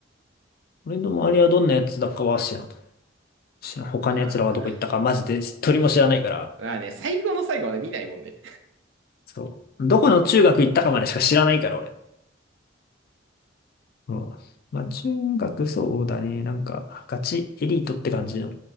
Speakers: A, on the left; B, on the right.
A: 俺の周りはどんなやつだかは知らん。知らん。他のやつらはどこ行ったかマジで一人も知らないから。
B: ああ。まあね、最後の最後はね、見ないもんね。
A: そう。どこの中学行ったかまでしか知らないから俺。うん。まあ中学そうだね。なんかガチエリートって感じの。